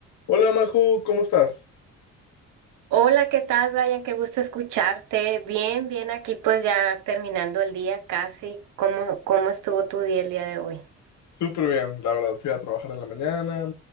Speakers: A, on the left; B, on the right.
A: Hola Majo, ¿cómo estás?
B: Hola, ¿qué tal, Brian? Qué gusto escucharte. Bien, bien, aquí pues ya terminando el día casi. ¿Cómo, cómo estuvo tu día el día de hoy?
A: Súper bien, la verdad, fui a trabajar en la mañana,